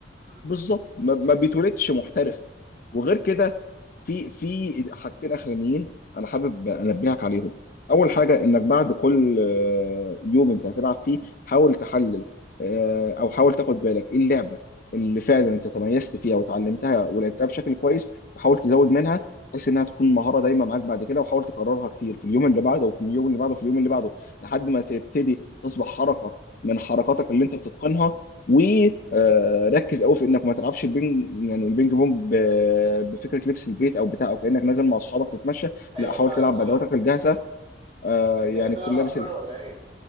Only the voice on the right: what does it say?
م.
ايوه
فعلا
صح
انت
ايه بتقرا
افكاري
ولا ايه